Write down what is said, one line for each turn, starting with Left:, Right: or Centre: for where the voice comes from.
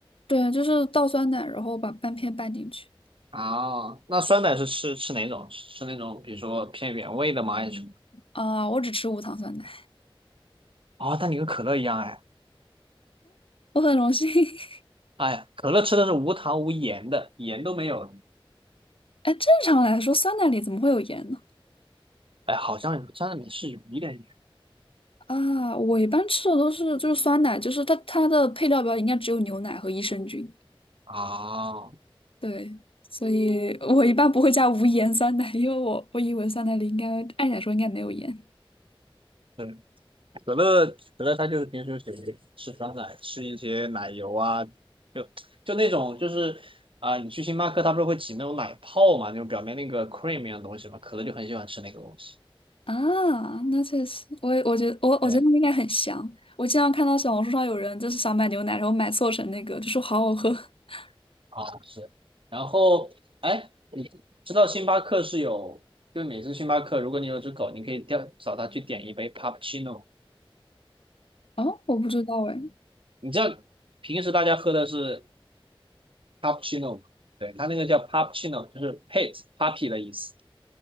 Left: 对，就是倒酸奶，然后把半片拌进去。
Right: 啊，那酸奶是吃吃哪种？吃那种比如说偏原味的吗？还是什么？
Left: 啊，我只吃无糖酸奶，
Right: 哦，那你跟可乐一样哎。
Left: 我很荣幸。<laughs>
Right: 哎呀可乐吃的是无糖无盐的，盐都没有的。
Left: 哎，正常来说，酸奶里怎么会有盐呢？
Right: 哎，好像沾奶里面是有一点盐。
Left: 啊，我一般吃的都是就是酸奶，就是它它的配料表应该只有牛奶和益生菌。
Right: 啊，
Left: 对，所以我一般不会加无盐酸奶，因为我我以为酸奶里应该按理来说应该没有盐
Right: 对可乐可乐，它就是平时喜欢吃酸奶，吃一些奶油啊，就就那种就是啊、你去星巴克，它不是会挤那种奶泡嘛，那种表面那个 cream 一样的东西嘛，可乐就很喜欢吃那个东西。
Left: 啊。那确实，我也我觉得我我觉得那应该很香。
Right: 对，
Left: 我经常看到小红书上有人就是想买牛奶，然后买错成那个，就说好好喝。<laughs>
Right: 啊是。然后哎，你知道星巴克是有，就是每次星巴克，如果你有只狗，你可以叫找它去点一杯 cappuccino。
Left: 哦，我不知道哎。
Right: 你知道平时大家喝的是 cappuccino 吗？对，它那个叫 p u p c c i n o 就是 pet puppy 的意思。